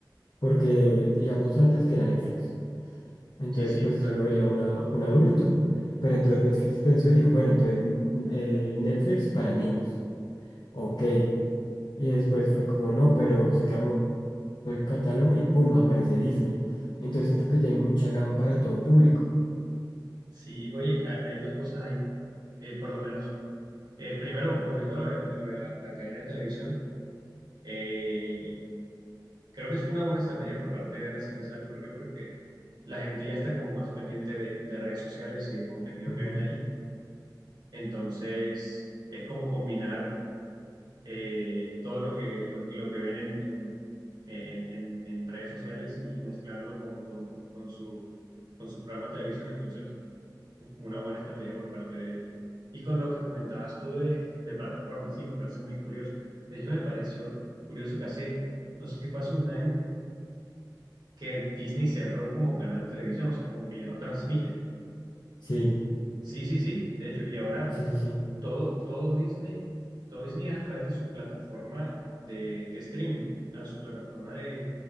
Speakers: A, on the left; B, on the right.
A: porque digamos antes que era Netflix, entonces
B: Sí, sí,
A: pues
B: total.
A: eso lo vería una, un adulto, pero entonces Netflix pensó y dijo, bueno, entonces mm, eh, Netflix para niños, ok, y después fue como, no, pero se cambió el catálogo y pum, aparece Disney, entonces siento que ya hay mucha gama para todo público.
B: Sí, oye, ha- hay dos cosas ahí, eh, por lo menos. Eh, primero, volviendo a lo de, a lo de la, la cadena de televisión, eh, creo que es una buena estrategia por parte de RCN, ¿sabes por qué? Porque la gente ya está como más pendiente de, de redes sociales y de contenido
A: Ujú.
B: que ven ahí. Entonces, es como combinar eh, todo lo que, lo, que lo que ven en, en, en- en- en redes sociales y mezclarlo con, con, con su, con su programa de televisión. Entonces, una buena estrategia por parte de ellos. Y con lo que comentabas tú de, de plataformas, sí, me parece muy curioso. De hecho, me pareció curioso que hace, no sé si fue hace un año, que Disney cerró como canal de televisión, o sea, como que ya no transmite.
A: Sí,
B: Sí, sí, sí, de hecho, y ahora
A: sí, sí, sí.
B: todo, todo Disney, todo Disney es a través de su plataforma de, de streaming, a su plataforma de